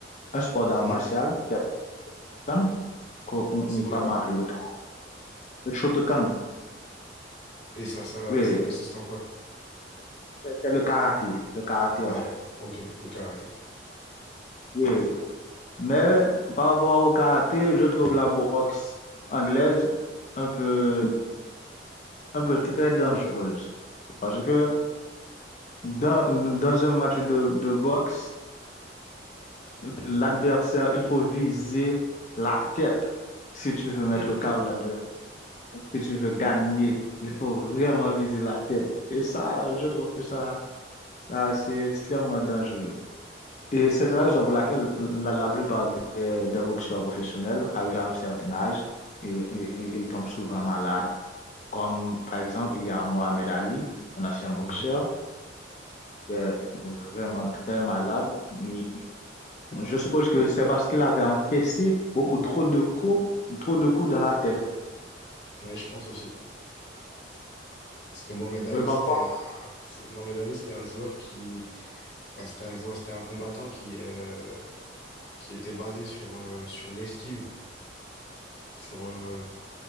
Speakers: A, on the left (about 40°); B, on the left (about 60°).
A: un sport d'art
B: Mhm.
A: martial, qui est le Shotokan, qu'on
B: C'était
A: comment
B: quoi?
A: appeler le, kara- le Shotokan.
B: Et ça, ça,
A: Oui,
B: ça consiste en quoi?
A: c'est c'est le karaté, le karaté en
B: Ah,
A: fait.
B: ok, le karaté.
A: Oui, mais par rapport au karaté, je trouve la boxe anglaise un peu. un peu très dangereuse. Parce que dans, dans un match de, de boxe, l'adversaire, il faut viser la tête si tu veux mettre
B: <laughs>
A: KO l'adversaire. Si tu veux gagner, il faut vraiment viser la tête. Et ça, je trouve que ça, ça c'est extrêmement dangereux. Et c'est la raison pour laquelle la, la plupart des, des, boxeurs professionnels arrivent à un certain âge et, et, et ils tombent souvent malades. Comme par exemple, il y a Mohamed Ali, un ancien boxeur,
B: Mhm.
A: était vraiment très malade. Et je suppose que c'est parce qu'il avait encaissé beaucoup trop de coups, trop de coups dans la tête.
B: Ouais, je pense aussi. Parce que Mohamed Ali,
A: Oui, parfois,
B: c'était un, c'est- Mohamed Ali, c'était un joueur qui Enfin, c'était un joueur, c'était un combattant qui, euh, qui était basé sur, euh, sur l'esquive, sur, euh,